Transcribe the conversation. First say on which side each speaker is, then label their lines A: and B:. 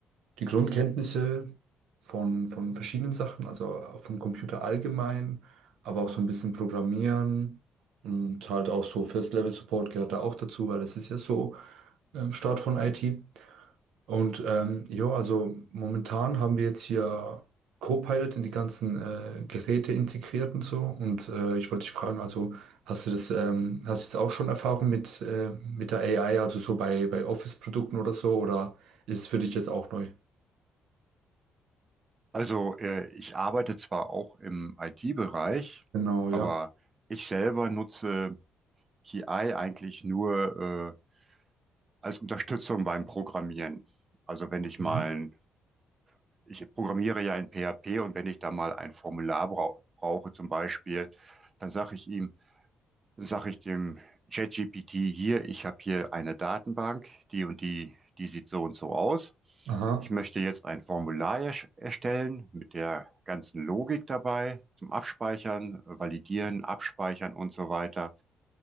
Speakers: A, on the right; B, on the right.
A: die Grundkenntnisse von, von verschiedenen Sachen, also auch vom Computer allgemein, aber auch so ein bisschen Programmieren und halt auch so First-Level-Support gehört da auch dazu, weil das ist ja so ähm, Start von IT. Und ähm, ja, also momentan haben wir jetzt hier Copilot in die ganzen äh, Geräte integriert und so. Und äh, ich wollte dich fragen, also hast du das, ähm, hast du jetzt auch schon Erfahrung mit, äh, mit der AI, also so bei, bei Office-Produkten oder so, oder ist es für dich jetzt auch neu?
B: Also, äh, ich arbeite zwar auch im IT-Bereich,
A: Genau,
B: aber
A: ja.
B: ich selber nutze KI eigentlich nur äh, als Unterstützung beim Programmieren. Also, wenn ich
A: Mhm.
B: mal, ein, ich programmiere ja in PHP und wenn ich da mal ein Formular brau brauche zum Beispiel, dann sage ich ihm, dann sage ich dem ChatGPT hier, ich habe hier eine Datenbank, die und die, die sieht so und so aus.
A: Aha.
B: Ich möchte jetzt ein Formular erstellen mit der ganzen Logik dabei zum Abspeichern, Validieren, Abspeichern und so weiter